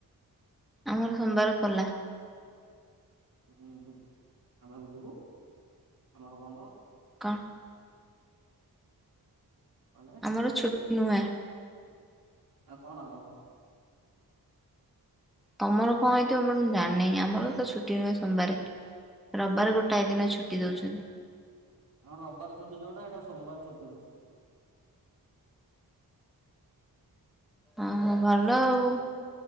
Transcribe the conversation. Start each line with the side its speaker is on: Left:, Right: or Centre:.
Centre: ଆମର ସୋମବାର ଖୋଲା।
Right: ହୁଁ -ହୁଁ ଆମେ ବୁଲିବୁ ଆମର ଗଣ୍ଡ
Centre: କଣ?
Right: କଲେ
Centre: ଆମର ଛୁଟି ନାହିଁ।
Right: ଆଉ କଣ ଆମର?
Centre: ତମର କଣ ହେଇଥିବ ମୁଁ ଜାଣିନାହିଁ। ଆମର ତ ଛୁଟି ନୁହେଁ ସୋମବାରେ ରବିବାର ଗୋଟାଏ ଦିନ ଛୁଟି ଦଉଛନ୍ତି।
Right: ଆମ ରବିବାର ଛୁଟି ଯୋଉଟା ଏଇଟା ସୋମବାର ଛୁଟି ହଉଛି।
Centre: ଓ ହୋ ଭଲ ଆଉ।